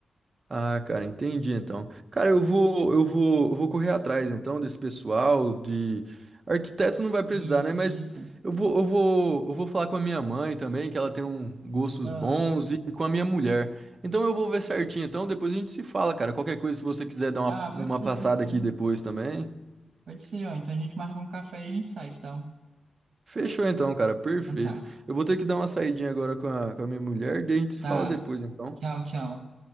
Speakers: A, on the right; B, on the right.
A: Ah, cara, entendi então. Cara, eu vou, eu vou, eu vou correr atrás então desse pessoal de arquiteto não vai precisar,
B: Isso,
A: né? Mas
B: isso.
A: eu vou, eu vou, eu vou falar com a minha mãe também, que ela tem um gostos
B: Ah,
A: bons e com a minha mulher. Então eu vou ver certinho. Então depois a gente se fala, cara. Qualquer coisa, se você quiser dar uma,
B: ah, pode
A: uma
B: ser,
A: passada
B: pode ser.
A: aqui depois também.
B: Pode ser, ó. Então a gente marca um café e a gente sai, que tal?
A: Fechou então, cara. Perfeito.
B: Então tá.
A: Eu vou ter que dar uma saidinha agora com a, com a minha mulher, daí a gente se
B: Tá.
A: fala depois então.
B: Tchau, tchau.